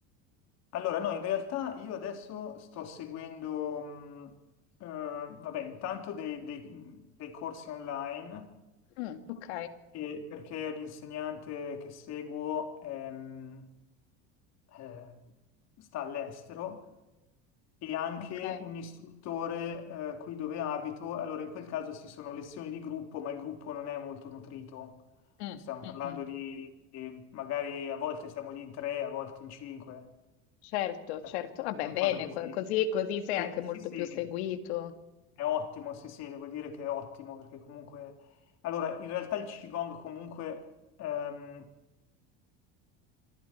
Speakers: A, on the left (about 55°); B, on the left (about 85°).
A: allora, no, in realtà io adesso sto seguendo, mh, eh, vabbè, intanto dei, dei- dei corsi online
B: Mm, ok,
A: E perché l'insegnante che seguo ehm, eh, sta all'estero e anche
B: ok.
A: un istruttore eh, qui dove abito. Allora, in quel caso ci sono lezioni di gruppo, ma il gruppo non è molto nutrito.
B: Mm,
A: Stiamo parlando
B: mm, mm.
A: di, di- magari a volte siamo lì in tre, a volte in cinque,
B: Certo, certo.
A: eh,
B: Vabbè,
A: una
B: bene,
A: cosa così.
B: co- così, così sei
A: Che
B: anche molto
A: sì, sì,
B: più seguito.
A: è ottimo, sì, sì, devo dire che è ottimo perché comunque... Allora, in realtà il Qigong comunque ehm,